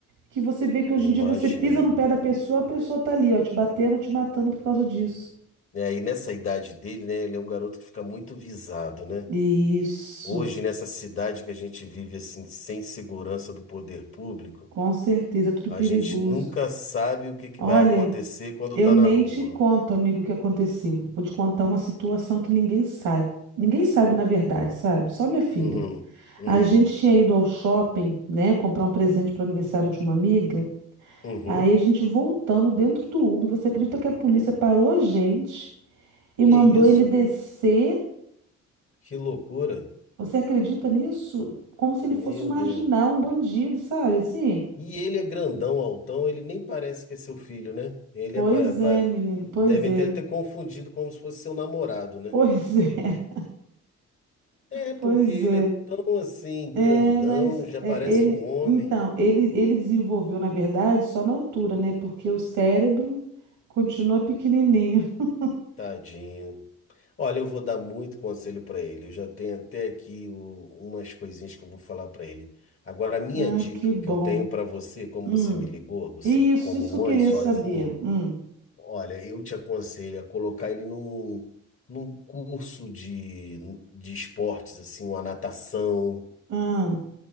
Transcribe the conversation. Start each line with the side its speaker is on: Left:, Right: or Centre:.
Right: que você vê que hoje
Left: eu
Right: em
Left: imagino.
Right: dia você pisa no pé da pessoa, a pessoa tá ali, ó, te batendo, te matando por causa disso.
Left: É, e nessa idade dele, né, ele é um garoto que fica muito visado, né?
Right: Isso,
Left: Hoje, nessa cidade que a gente vive assim, sem segurança do poder público,
Right: com certeza, é tudo
Left: A
Right: perigoso.
Left: gente nunca sabe o que que
Right: Olha,
Left: vai acontecer quando
Right: eu
Left: tá
Right: nem
Left: na rua.
Right: te conto, amigo, o que aconteceu. Vou te contar uma situação que ninguém sabe. Ninguém sabe, na verdade, sabe? Só minha filha.
Left: Uhum, uhum,
Right: A gente tinha ido ao shopping, né, comprar um presente para o aniversário de uma amiga.
Left: uhum.
Right: Aí a gente voltando dentro do Uber, você acredita que a polícia parou a gente e
Left: Que
Right: mandou
Left: isso?
Right: ele descer?
Left: Que loucura.
Right: Você acredita nisso? Como se
Left: Meu
Right: ele fosse um marginal,
Left: Deus.
Right: um bandido, sabe? Assim?
Left: E ele é grandão, altão, ele nem parece que é seu filho, né? Ele
Right: Pois
Left: é pa- pa-
Right: é, menino,
Left: devem
Right: pois é,
Left: ter até confundido como se fosse seu namorado, né?
Right: pois é, <laughs>
Left: É, porque
Right: pois
Left: ele
Right: é.
Left: é tão assim,
Right: É,
Left: grandão,
Right: mas
Left: já
Right: é,
Left: parece
Right: ele.
Left: um homem.
Right: Então, ele, ele desenvolveu, na verdade, só na altura, né? Porque o cérebro continua pequenininho. <laughs>
Left: Tadinho. Olha, eu vou dar muito conselho para ele. Eu já tenho até aqui o- umas coisinhas que eu vou falar para ele. Agora, a minha
Right: Ah,
Left: dica
Right: que bom.
Left: que eu tenho para você, como
Right: Hum.
Left: você me ligou, você
Right: Isso,
Left: como
Right: isso que eu
Left: mãe
Right: queria
Left: sozinha,
Right: saber. Hum.
Left: olha, eu te aconselho a colocar ele num, num curso de, de esportes, assim, uma natação.
Right: Ah,